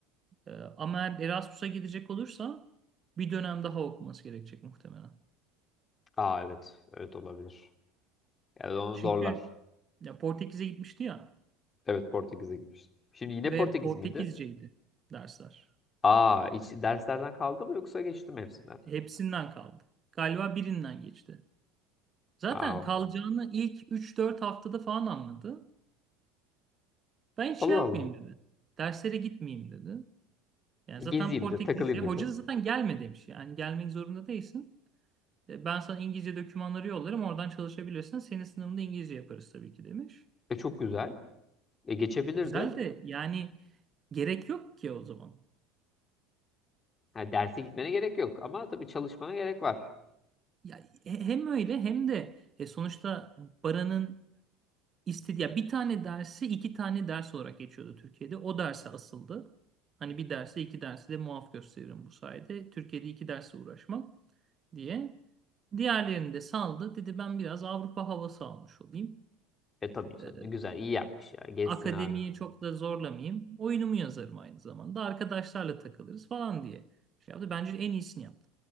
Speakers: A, on the right (about 30°); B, on the left (about 25°).
A: Ee, ama eğer Erasmus'a gidecek olursa bir dönem daha okuması gerekecek muhtemelen.
B: Aa evet. Evet olabilir. Yani onu
A: Çünkü
B: zorlar.
A: ya Portekiz'e gitmişti ya.
B: Evet Portekiz'e gitmiştim. Şimdi yine
A: ve
B: Portekiz
A: Portekizceydi
B: miydi?
A: dersler.
B: Aa hiç derslerden kaldı mı yoksa geçtim hepsinden?
A: Hepsinden kaldı. Galiba birinden geçti. Zaten
B: Aa.
A: kalacağını ilk üç dört haftada falan anladı. Ben hiç
B: Allah
A: şey yapmayayım
B: Allah.
A: dedi. Derslere gitmeyeyim dedi. Yani zaten
B: Gezeyim
A: Portekizce.
B: de takılayım
A: Hoca
B: dedi.
A: da zaten gelme demiş. Yani gelmek zorunda değilsin. E, Ben sana İngilizce dokümanları yollarım. Oradan çalışabilirsin. Senin sınavında İngilizce yaparız tabii ki demiş.
B: E çok güzel. E geçebilirdi.
A: Güzel de yani gerek yok ki o zaman.
B: Ha, derse gitmene gerek yok ama tabii çalışmana gerek var.
A: Ya, he- hem öyle hem de e, sonuçta Baran'ın İstedi ya bir tane dersi iki tane ders olarak geçiyordu Türkiye'de. O derse asıldı. Hani bir derse iki dersi de muaf gösteririm bu sayede. Türkiye'de iki derse uğraşmam diye. Diğerlerini de saldı. Dedi ben biraz Avrupa havası almış olayım.
B: E tabii canım
A: Ee,
B: güzel iyi yapmış ya. Geçsin
A: akademiyi
B: abi.
A: çok da zorlamayayım. Oyunumu yazarım aynı zamanda. Arkadaşlarla takılırız falan diye şey yaptı. Bence en iyisini yaptı.